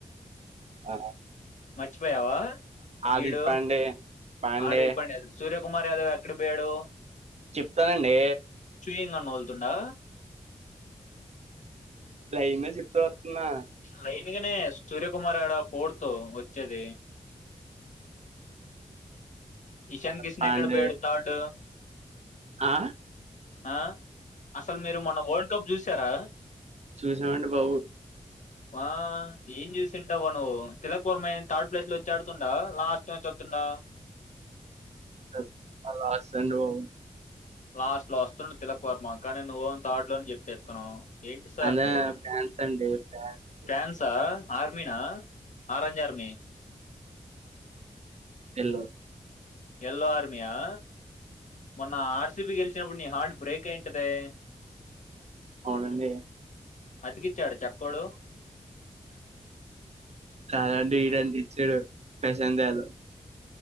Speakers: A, on the right; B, on the left.
A: అగో
B: మర్చిపోయావా
A: ఆది
B: ఈడు
A: పాండే పాండే
B: ఆదిడ్ పాండ్య సూర్య కుమార్ యాదవ్ ఎక్కడికి బోయాడు
A: చెప్తానండి
B: నీనన్ ఒల్తుండా
A: లైన్ గా చెప్తూ వతున్నా
B: లైన్ గానే సూర్యకుమార్ ఆడ ఫోర్తు వచ్చేది ఇషాన్ కిషన్
A: పాండే
B: ఎక్కడ పోయాడు థర్డ్
A: ఆ
B: ఆ అసలు మీరు మొన్న వరల్డ్ కప్ చూసారా
A: చూసినమండి బాబు
B: వా ఏం చూసింటావ నువు తిలక్ వర్మ ఏం థర్డ్ ప్లేస్ లో వచ్చా ఆడుతుండ? లాస్ట్ లోంచి ఆతుండా.
A: కద్, ఆ లాస్ట్ అండి బాబు.
B: లాస్ట్ లో అస్తుండు తిలకవర్మ కానీ నువ్వు వొమో థర్డ్ లోనే చెప్పేతున్నవ్. ఏంటి సార్
A: అదే
B: మీరు,
A: ఫ్యాన్స్ అండి ఫ్యాన్స్
B: ఫ్యాన్సా? ఆర్మిన? Orange army.
A: Yellow
B: yellow army ఆ? మొన్న ఆర్సిబి గెలిస్ చినప్పుడు నీ హార్ట్ బ్రేక్ అయ్ ఉంటదే
A: అవునండి
B: అతికిచ్చాడ చక్కోడు
A: కాదండి ఈడంటిచాడు ప్రశాందాలు